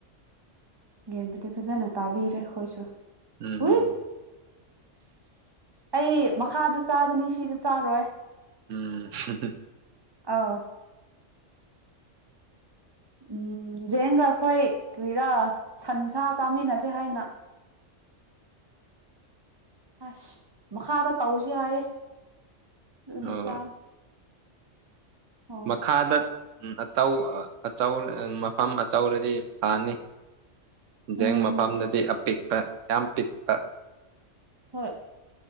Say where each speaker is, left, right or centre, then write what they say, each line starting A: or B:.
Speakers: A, on the right; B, on the right.
A: ꯌꯦꯟꯗꯗꯤ ꯈꯖꯅ ꯇꯥꯕꯤꯔ <unintelligible> ꯁꯨ
B: ꯎꯝ
A: ꯍꯏ ꯑꯩ ꯃꯈꯥꯗ ꯆꯥꯒꯅꯤ ꯁꯤꯗ ꯆꯥꯔꯣꯏ
B: ꯎꯝ
A: ꯑꯥꯎ ꯎꯝ ꯖꯦꯡꯒ ꯑꯩꯈꯣꯏ ꯀꯔꯤꯔꯥ ꯁꯟꯁꯥ ꯆꯥꯃꯤꯟꯅꯁꯦ ꯍꯥꯏꯅ ꯑꯁ ꯃꯈꯥꯗ ꯇꯧꯁꯤ ꯍꯥꯏꯌꯦ ꯑꯗꯨꯗ
B: ꯑꯣ
A: ꯆꯥ ꯑꯣ
B: ꯃꯈꯥꯗ ꯎ ꯑꯆꯧ ꯑꯆ ꯃꯐꯝ ꯑꯆꯧꯔꯗꯤ ꯐꯅꯤ ꯖꯦꯡ
A: ꯎꯝ
B: ꯃꯐꯝꯗꯗꯤ ꯑꯄꯤꯛꯄ ꯌꯥꯝ ꯄꯤꯛꯄ
A: ꯍꯣꯏ